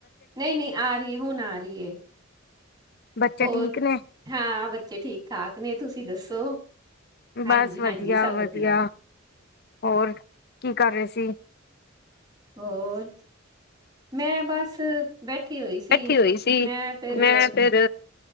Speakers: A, on the right (about 20°); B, on the left (about 50°).
A: ਨਈ, ਨਈ ਆ ਰੀ ਏ, ਹੁਨ ਆ ਰੀ ਏ।
B: ਬੱਚੇ
A: ਹੋਰ,
B: ਠੀਕ ਨੇ
A: ਹਾਂ ਬੱਚੇ ਠੀਕ-ਠਾਕ ਨੇ। ਤੁਸੀ ਦੱਸੋ? ਹਾਂਜੀ
B: ਬਸ ਵਧੀਆ-ਵਧੀਆ।
A: ਹਾਂਜੀ ਸਭ ਵਧੀਆ
B: ਹੋਰ ਕੀ ਕਰ ਰੇ ਸੀ?
A: ਹੋਰ, ਮੈਂ ਬਸ ਬੈਠੀ ਹੋਈ ਸੀ,
B: ਬੈਠੀ ਹੋਈ ਸੀ
A: ਮੈਂ ਫੇਰ
B: ਮੈਂ ਫਿਰ